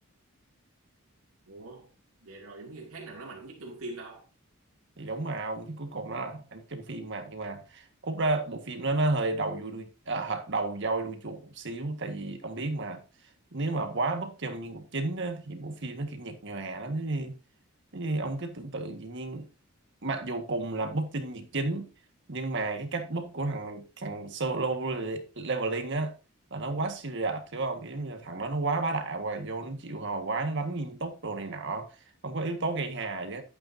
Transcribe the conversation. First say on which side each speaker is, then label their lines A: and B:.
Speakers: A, on the right (about 90°); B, on the right (about 55°).
A: ủa vậy rồi giống như khác nào nó mạnh nhất trong phim đâu
B: thì đúng mà ông thì cuối cùng nó là ảnh trong phim mà nhưng mà cút ra bộ phim đó nó hơi đầu vui đuôi à, đầu voi đuôi chuột một xíu tại vì ông biết mà nếu mà quá bất trong nhân vật chính á, thì bộ phim nó kiểu nhạt nhòa lắm giống như Thế thì ông cứ tưởng tượng dĩ nhiên mặc dù cùng là búp tinh nhiệt chính nhưng mà cái cách búp của thằng thằng solo leveling á là nó quá serious hiểu không kiểu như là thằng đó nó quá bá đạo rồi vô nó chịu hò quá nó đánh nghiêm túc đồ này nọ không có yếu tố gây hài chứ